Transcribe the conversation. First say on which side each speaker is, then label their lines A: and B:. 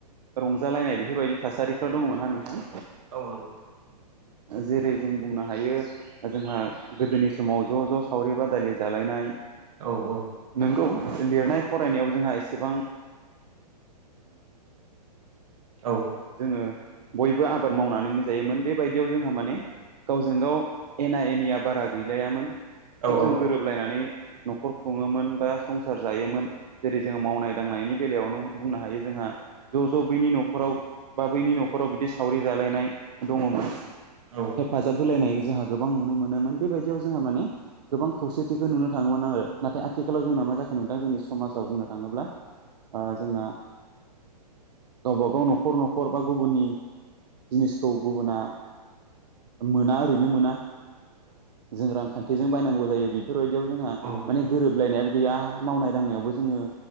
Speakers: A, on the right; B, on the right.
A: रंजालायनाय बेफोरबायदि थासारिफ्रा दङमोन। ना नोंथां?
B: औ नोंगौ।
A: जेरै जों बुंनो हायो जोंहा गोदोनि समाव ज' ज' सावरि बादालि जालायनाय।
B: औ औ।
A: नोंगौ लिरनाय फरायनायाव जोंहा एसेबां।
B: औ
A: जोङो बयबो आबाद मावनानैनो जायोमोन बे बायदियाव जोंहा माने गावजों गाव एना एनिया बारा गैलायामोन। खोब
B: औ
A: जों
B: औ
A: गोरोबलायनानै न'खर खुङोमोन बा संसार जायोमोन। जेरै जोङो मावनाय दांनायनि बेलायावनो बुंनो हायो जोंहा ज' ज' बैनि न'खराव बा बैनि न'खराव बिदि सावरि जालायनाय। दङमोन
B: औ
A: हेफाजाब होलायनाय जोंहा गोबां नुनो मोनोमोन बेबाय दियाव जोंहा माने गोबां खौसेथिखौ नुनो थाङोमोन आरो नाथाय आथिलाव जोंना मा जाखो नोंथां जोंनि। समाजाव बुंनो थाङोब्ला ओ जोंना गावबा गाव न'खर न'खर बा गुबुननि जिनिसखौ गुबुना मोना ओरैनो मोना जों रांखान्थिजों बायनांगौ जायो बेफोरबायदियाव जोंहा
B: औ
A: माने गोरोबलायनायाबो गैया मावनाय दांनायावबो जोंङो